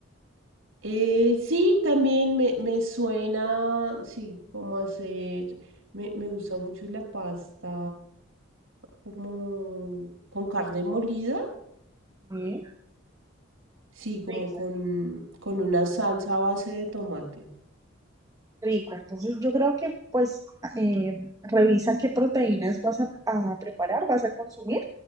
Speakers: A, on the right; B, on the right.
A: Eh, sí, también me, me suena, sí, como hacer, me, me gusta mucho la pasta como con carne molida,
B: ¿eh?
A: sí, como
B: Rico.
A: con, con una salsa a base de tomate.
B: Rico, entonces yo creo que pues eh, revisa qué proteínas vas a, a preparar, vas a consumir